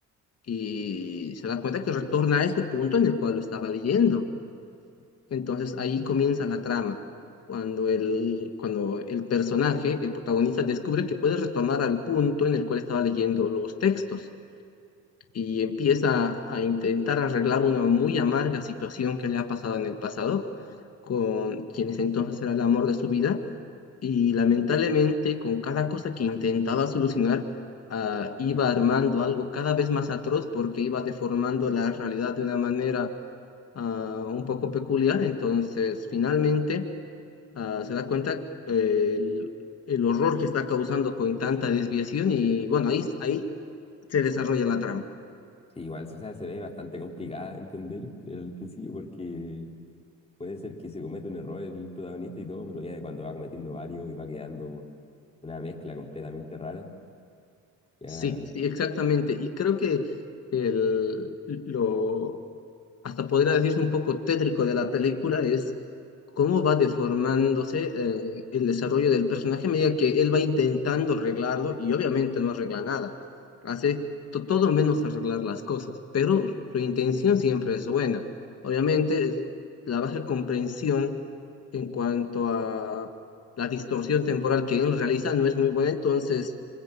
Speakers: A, on the left (about 55°); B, on the left (about 20°).
A: y se da cuenta que retorna a ese punto en el cual lo estaba leyendo. Entonces ahí comienza la trama, cuando el, cuando el personaje, el protagonista, descubre que puede retornar al punto en el cual estaba leyendo los textos y empieza a intentar arreglar una muy amarga situación que le ha pasado en el pasado con quienes entonces era el amor de su vida y lamentablemente, con cada cosa que intentaba solucionar, ah, iba armando algo cada vez más atroz porque iba deformando la realidad de una manera ah, un poco peculiar. Entonces, finalmente, ah, se da cuenta eh, el, el horror que está causando con tanta desviación y bueno, ahí, ahí se desarrolla la trama.
B: Sí, igual, o sea, se ve bastante complicada de entender al principio porque puede ser que se cometa un error el protagonista y todo, pero ya de cuando va cometiendo varios y va quedando una mezcla completamente rara, ya
A: Sí, sí, exactamente. Y creo que el, lo, hasta podría decirse un poco tétrico de la película es cómo va deformándose eh, el desarrollo del personaje a medida que él va intentando arreglarlo y obviamente no arregla nada. Hace to- todo menos arreglar las cosas, pero su intención siempre es buena. Obviamente es la baja comprensión en cuanto a la distorsión temporal que él realiza no es muy buena, entonces